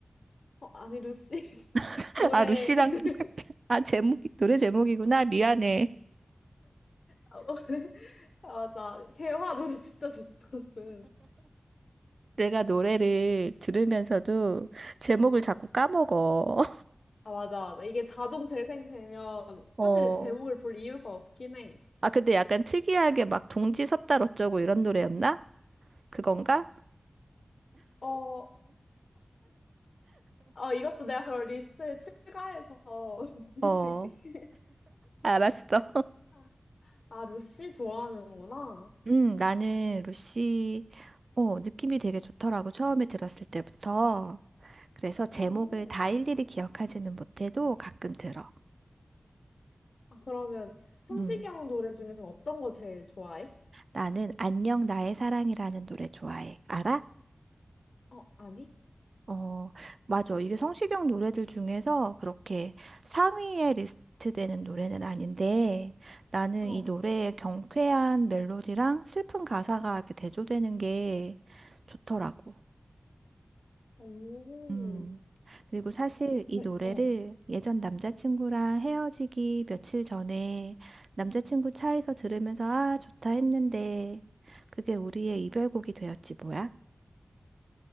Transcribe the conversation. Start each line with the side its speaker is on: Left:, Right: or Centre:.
Left: 어, 아니, 루시. <laughs>
Right: <laughs>
Left: 노래.
Right: 아, 루시랑,
Left: <laughs>
Right: 아, 제목, 노래 제목이구나. 미안해.
Left: 아, 뭐- <laughs> 아, 맞아. 개화 노래 진짜 좋거든.
Right: 내가 노래를 들으면서도 제목을 자꾸 까먹어.
Left: 아, 맞아, 맞아. 이게 자동 재생되면
Right: <laughs> 어.
Left: 사실 제목을 볼 이유가 없긴 해.
Right: 아, 근데 약간 특이하게 막 동지 섰다 어쩌고 이런 노래였나? 그건가?
Left: 어, 어, 이것도 내가 그런 리스트에 추가해서 <laughs> 보내줄게.
Right: 어. 알았어.
Left: <laughs> 아, 루시 좋아하는구나.
Right: 음, 나는 루시, 어, 느낌이 되게 좋더라고. 처음에 들었을 때부터. 그래서 제목을
Left: 음.
Right: 다 일일이 기억하지는 못해도 가끔 들어.
Left: 아, 그러면 성시경
Right: 음.
Left: 노래 중에서 어떤 거 제일 좋아해?
Right: 나는 안녕 나의 사랑이라는 노래 좋아해. 알아?
Left: 어, 아니?
Right: 어, 맞아. 이게 성시경 노래들 중에서 그렇게 상위에 리스트되는 노래는 아닌데 나는
Left: 어.
Right: 이 노래의 경쾌한 멜로디랑 슬픈 가사가 이렇게 대조되는 게 좋더라고.
Left: 오.
Right: 음. 그리고 사실
Left: 어, 근데,
Right: 이 노래를
Left: 어.
Right: 예전 남자친구랑 헤어지기 며칠 전에 남자친구 차에서 들으면서 아, 좋다 했는데 그게 우리의 이별곡이 되었지 뭐야?